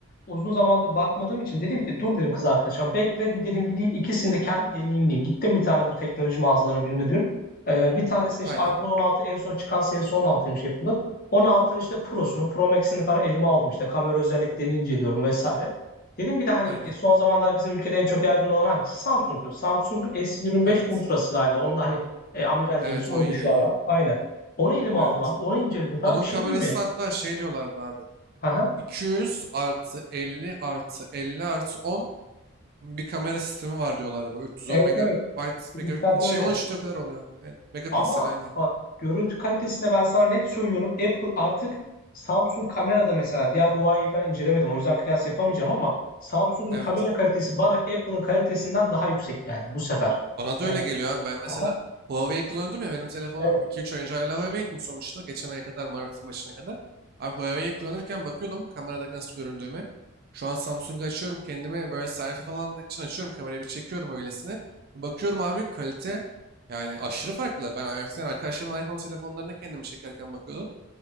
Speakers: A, on the left; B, on the right.
A: uzun zamandır bakmadığım için dedim ki dur dedim kız arkadaşım bekle bir dedim gideyim ikisini de kendi deneyimleyeyim. Gittim bir tane bu teknoloji mağazalarının birine dün. Ee, bir tanesine
B: Aynen.
A: işte iPhone 16 en son çıkan serisi on altıymış yapılı. 16'nın işte Pro'sunu, Pro Max'ini falan elime aldım işte kamera özelliklerini inceliyorum vesaire. Dedim bir de hani
B: Aynen.
A: e, son zamanlarda bizim ülkede en çok yaygın olan hangisi? Samsung'un. Samsung'un S25
B: Evet.
A: Ultra'sı galiba. Onu da hani e, amiral
B: Evet
A: gemisi
B: o
A: oydu
B: iyi
A: şu
B: iyi.
A: ara. Aynen. Onu elime
B: Evet.
A: aldım abi. Onu inceledim falan.
B: Onun
A: Bir şey
B: kamerası
A: diyeyim mi?
B: da hatta şey diyorlardı abi.
A: Aha.
B: 200 artı 50 artı 50 artı 10 bir kamera sistemi var diyorlardı. Böyle 310
A: Evet
B: megabayt
A: evet. Fizikselde
B: megabit mi- şey
A: öyle.
B: 13 de o kadar oluyor. Evet, megapiksel
A: Ama
B: aynen.
A: bak görüntü kalitesinde ben sana net söylüyorum. Apple artık Samsung kamerada mesela diğer Huawei falan incelemedim. O yüzden kıyas yapamayacağım ama Samsung'un
B: Evet.
A: kamera kalitesi bana Apple'ın kalitesinden daha yüksek geldi bu sefer.
B: Bana da
A: Ee,
B: öyle geliyor abi. Ben mesela
A: aha,
B: Huawei kullanıyordum ya benim telefonu
A: evet.
B: 2-3 ay önce hala Huawei'dim sonuçta. Geçen aya kadar Mart'ın başına kadar. Abi Huawei'yi kullanırken bakıyordum kamerada nasıl göründüğüme. Şu an Samsung'u açıyorum kendime böyle selfie falan için açıyorum kamerayı bir çekiyorum öylesine. Bir bakıyorum abi kalite yani aşırı farklı. Ben eskiden arkadaşlarımın iPhone telefonlarına kendimi çekerken bakıyordum.